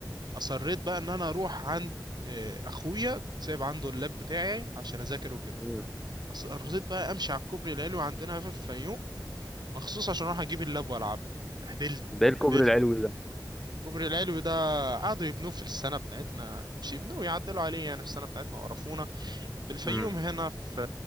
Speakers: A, on the right; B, in the centre.
A: اصريت بقى ان انا اروح عند آه، اخويا كنت سايب عنده اللاب بتاعي عشان اذاكر وكده
B: مم.
A: أص- رضيت بقى امشي على الكوبري العلوي عندنا في الفيوم مخصوص عشان اروح اجيب اللاب والعب اتبهدلت
B: ده ايه الكوبري
A: اتبهدلت
B: العلوي
A: الكوبري العلوي ده قعدوا يبنوه في السنه بتاعتنا مش يبنوه يعدلوا عليه يعني في السنه بتاعتنا وقرفونا في الفيوم
B: ده
A: هنا في